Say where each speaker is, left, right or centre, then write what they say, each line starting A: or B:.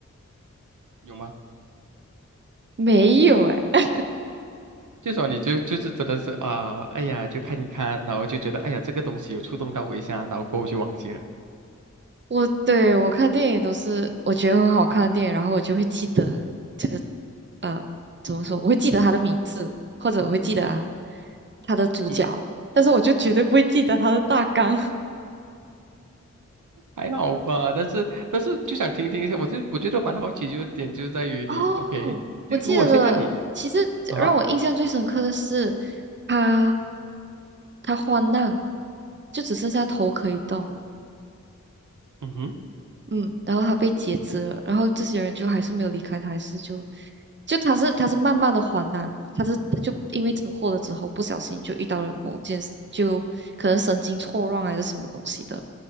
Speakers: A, on the right; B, on the right.
A: 有吗？
B: 没有诶，
A: 就说你就就是真的是啊、哎呀，就看一看，然后就觉得哎呀，这个东西有触动到我一下，然后过后就忘记了。
B: 我对我看电影都是我觉得很好看的电影，然后我就会记得，就是呃，怎么说？
A: 嗯，
B: 我会记得他的名字，或者我会记得啊他的主角，
A: 嗯，
B: 但是我就绝对不会记得他的大纲。
A: 还好吧，但是但是就想听听一下，我就我觉得蛮好奇，就点就在于你，OK，
B: 哦，
A: 就如果现在你
B: 我记得了。其实让我印象最深刻的是，
A: 啊，
B: 他他患难，就只剩下头可以动，
A: 嗯哼，
B: 嗯，然后他被截肢了，然后这些人就还是没有离开他，还是就就他是他是慢慢的患难，他是他就因为车祸了之后，不小心就遇到了某件事，就可能神经错乱还是什么东西的，